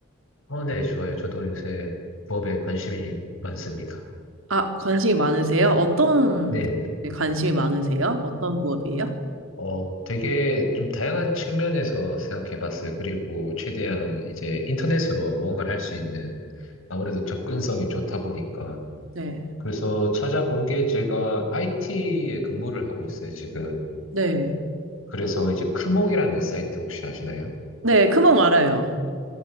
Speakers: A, on the left; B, on the right.
A: 어, 네, 좋아요. 저도 요새 부업에 관심이 많습니다.
B: 아, 관심이 많으세요? 어떤
A: 네.
B: 네, 관심이 많으세요? 어떤 부업이에요?
A: 어, 되게 좀 다양한 측면에서 생각해 봤어요. 그리고 최대한 이제 인터넷으로 무언가를 할 수 있는 아무래도 접근성이 좋다 보니까.
B: 네.
A: 그래서 찾아본 게 제가 IT에 근무를 하고 있어요, 지금.
B: 네.
A: 그래서 이제 크몽이라는 사이트 혹시 아시나요?
B: 네, 크몽 알아요.